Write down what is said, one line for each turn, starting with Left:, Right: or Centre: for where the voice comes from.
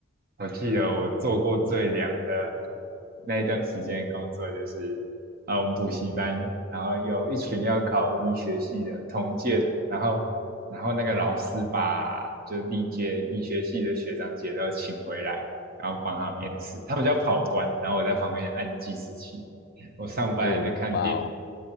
Right: 我记得我做过最凉的那一段时间工作就是，呃，我们补习班，然后有一群要考医学系的同届的，然后然后那个老师把就历届医学系的学长姐都请回来，然后帮他们面试，他们叫跑官，然后我在旁边按计时器，我上班还在看电影，
Left: 哦，哇哦。